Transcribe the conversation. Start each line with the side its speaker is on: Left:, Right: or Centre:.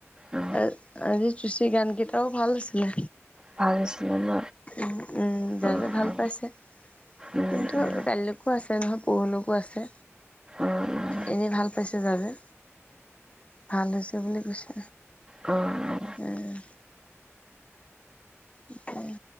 Right: অ
Left: আজ- আজি চুশী গানকেইটাও ভাল হৈছিলে।
Right: ভাল হৈছিলে ন?
Left: উম- উম, জাজে
Right: অ
Left: ভাল
Right: অ
Left: পাইছে,
Right: উম
Left: কিন্তু
Right: উম
Left: কাইলে কো আছে নহয়, পৰহিলৈকো আছে,
Right: অ অ উম
Left: এনেই ভাল পাইছে জাজে। ভাল হৈছে বুলি কৈছে।
Right: অঁ,
Left: উম, কি এ